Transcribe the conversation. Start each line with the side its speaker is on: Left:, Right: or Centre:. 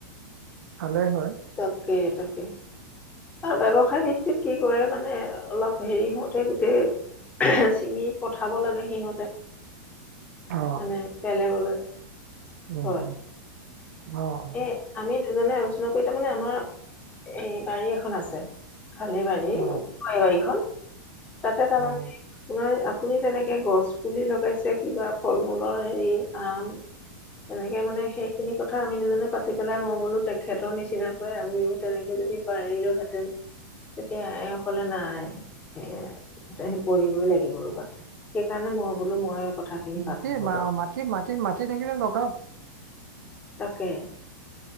Right: ভালেই হয়
Left: তাকে, তাকে। আৰু ব্য্ৱসায় ভিত্তিত কি কৰে মানে, অলপ হেৰি হহওঁতে গোটেই চিঙি পঠাব লাগে সিহঁতে।
Right: অ
Left: মানে বেলেগলৈ।
Right: উম'
Left: হয়।
Right: অ'
Left: এ আমি দুজনে আলোচনা কৰি তাৰমানানে, আমাৰ এই বাৰী এখন আছে। খালে বাৰী,
Right: অ
Left: এই ব়ীখন- তাতে তাৰমানে
Right: অ
Left: আপোনাৰ- আপুনি তেনেকে গছ পুলি লগাইছে, কিবা ফল মূলৰ হেৰি, আম এনেকে মানে সেইখিনি কথা- আমি দুজনে পাতি পেলাই মই বোলো, তেখেতৰ নিচিনাকৈ আমিও তেনেকে যদি পাৰিলো হেতেন, তেতিয়া এ কলে নাই এ কৰিবই লাগিব ৰ'বা। সেইকাৰণে মই বোলো, মই- কথাখিনি
Right: মাটিৰ,
Left: পাতো ৰব
Right: ম মাটিত, মাটিত, মাটি থাকিল লগও।
Left: তাকে।